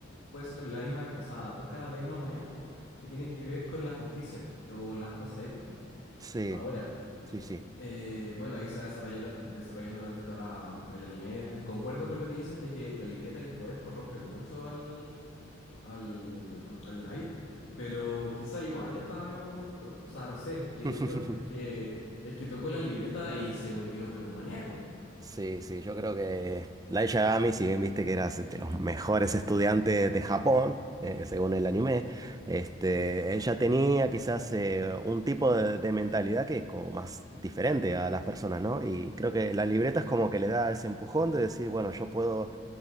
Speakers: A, on the left; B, on the right.
A: puede ser la la misma, o sea, dos caras de la misma moneda, que tienen que ver con la justicia o las cosas éticas.
B: Sí,
A: Ahora,
B: sí, sí.
A: Eh, bueno, ahí se va desarrollar- desarrollando durante toda la, el anime. Concuerdo con lo que dices de que la libreta y el poder corrompen mucho al, al, al Light, pero quizá igual ya estaba medio corrupto. O sea, no sé, digo
B: <laughs>
A: yo, pues que es que tocó la libreta y se volvió pero un maníaco.
B: Sí, sí, yo creo que Light Yagami, si bien viste que era de los mejores estudiantes de Japón, eh, según el anime, este, ella tenía quizás eh, un tipo de, de mentalidad que es como más diferente a las personas, ¿no? Y creo que la libreta es como que le da ese empujón de decir, bueno, yo puedo